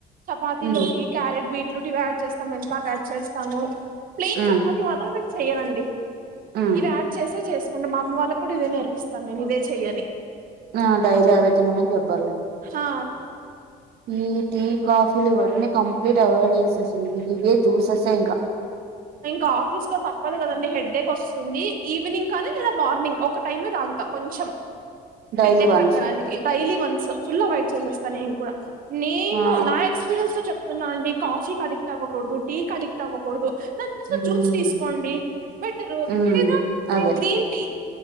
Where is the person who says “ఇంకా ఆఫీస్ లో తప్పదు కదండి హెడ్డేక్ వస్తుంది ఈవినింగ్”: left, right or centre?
Right